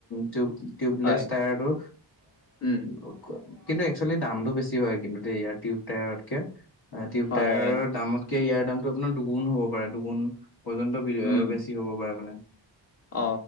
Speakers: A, on the left (about 55°); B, on the left (about 30°).
A: টিউব টিউবলেছ
B: হয়,
A: টায়াৰটো
B: উম,
A: অ কিন্তু একচুৱেলি দামতটো বেছি হয়। কিন্তু দেই ইয়াৰ টিউব টায়াৰতকে টিউব
B: হয়,
A: টায়াৰৰ দামত কে ইয়াৰ দামটো আপোনাৰ দুগুণ হ'ব পাৰে দুগুণ পৰ্যন্ত
B: উম,
A: বেছি হ'ব পাৰে মানে।
B: অ,